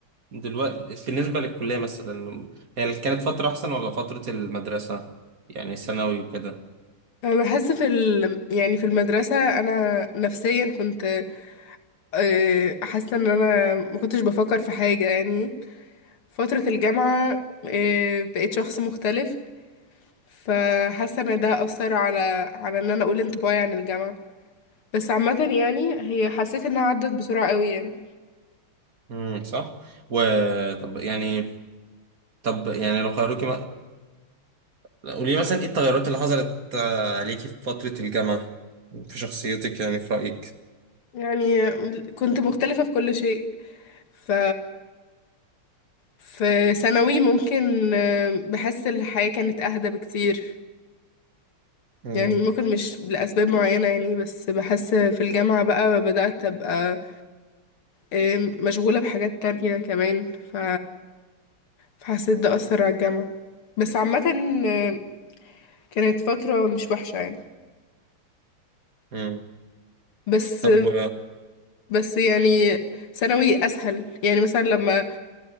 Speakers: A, on the right; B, on the left.
A: دلوقتي بالنسبه للكليه مثلا هي كانت فتره احسن ولا فتره المدرسه يعني ثانوي وكده
B: أنا بحس في ال... يعني في المدرسة انا نفسيا كنت آه، حاسة ان انا ما كنتش بفكر في حاجة يعني فترة الجامعة آه، بقيت شخص مختلف فحاسة ان ده اثر على على ان انا اقول انطباعي عن الجامعة بس عامة يعني هي حسيت انها عدت بسرعة قوي يعني
A: امم صح وطب يعني طب يعني لو خيروكي قولي مثلا ايه التغيرات اللي حصلت آه، عليكي في فترة الجامعة في شخصيتك يعني في رأيك
B: يعني كنت مختلفة في كل شيء ف في ثانوي ممكن آه، بحس الحياة كانت أهدى بكتير
A: مم.
B: يعني ممكن مش لأسباب معينة يعني بس بحس في الجامعة بقى بدأت أبقى آه، مشغولة بحاجات تانية كمان ف... فحسيت ده أثر على الجامعة بس عامة آه، كانت فترة مش وحشة يعني
A: مم.
B: بس
A: طب و
B: بس يعني ثانوي أسهل يعني مثلا لما